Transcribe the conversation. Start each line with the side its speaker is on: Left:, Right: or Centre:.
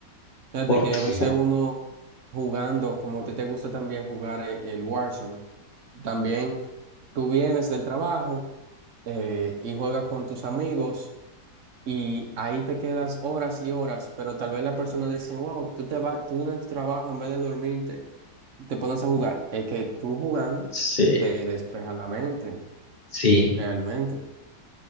Right: Fíjate
Left: porque
Right: que a veces uno jugando, como a ti te gusta también jugar el el Warzone, también tú vienes del trabajo eh, y juegas con tus amigos y ahí te quedas horas y horas, pero tal vez la persona dice, wow, tú te vas, tú en tu trabajo en vez de dormirte, te pones a jugar. Es que tú jugando
Left: sí,
Right: te despeja la mente,
Left: sí,
Right: realmente.